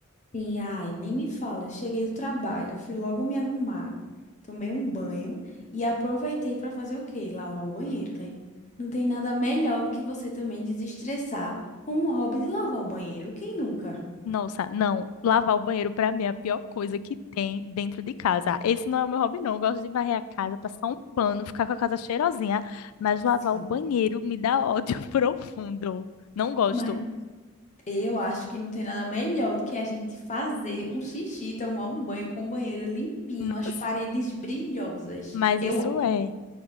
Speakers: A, on the left (about 35°); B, on the left (about 80°).
A: Sim, ai, nem me fala. Eu cheguei do trabalho, fui logo me arrumar, tomei um banho e aproveitei para fazer o quê? Lavar o banheiro, né? Não tem nada melhor do que você também desestressar com um hobby de lavar o banheiro. Quem nunca?
B: Nossa, não. Lavar o banheiro pra mim é a pior coisa que tem dentro de casa. Esse não é o meu hobby, não. Eu gosto de varrer a casa, passar um pano, ficar com a casa cheirosinha, mas
A: Sim.
B: lavar o banheiro me dá ódio <laughs> profundo. Não gosto.
A: Mas eu acho que não tem nada melhor do que a gente fazer um xixi, tomar um banho com o banheiro limpinho,
B: Nossa,
A: as paredes brilhosas.
B: mas
A: Eu
B: isso
A: amo.
B: é.